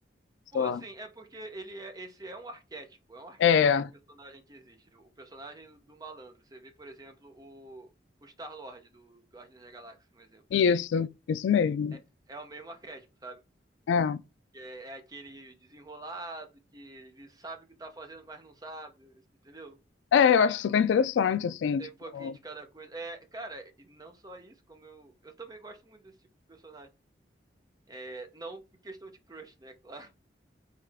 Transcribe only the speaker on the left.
sei
lá.
É,
isso, isso mesmo.
É.
É, eu acho super interessante, assim,
tipo,